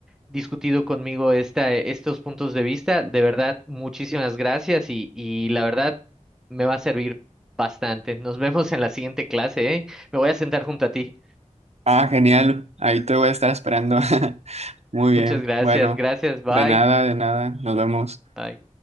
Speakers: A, in the centre; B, on the right.
A: discutido conmigo esta, estos puntos de vista. De verdad, muchísimas gracias y, y la verdad me va a servir bastante. Nos vemos en la siguiente clase, ¿eh? Me voy a sentar junto a ti.
B: Ah, genial. Ahí te voy a estar esperando. <laughs> Muy bien.
A: Muchas gracias,
B: Bueno,
A: gracias, bye.
B: de nada, de nada. Nos vemos.
A: Bye.